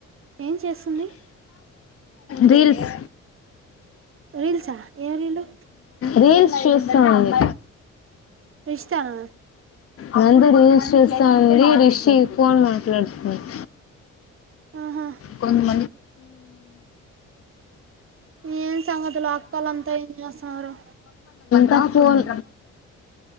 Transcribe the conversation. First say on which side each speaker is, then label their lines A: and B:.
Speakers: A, on the right (about 45°); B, on the left (about 50°).
A: ఏం చేస్తుంది
B: రీల్స్
A: రీల్సా ఏం రీలు
B: రీల్స్ చూస్తాంది.
A: రిష్తానా
B: నందు రీల్స్ చూస్తాంది రిషి ఫోన్ మాట్లాడుతున్నాడు.
A: ఆహా
B: హ్మ్ మ్మ్
A: ఏం సంగతులు అక్కోలంతా ఏం చేస్తున్నారు
B: నాఫోన్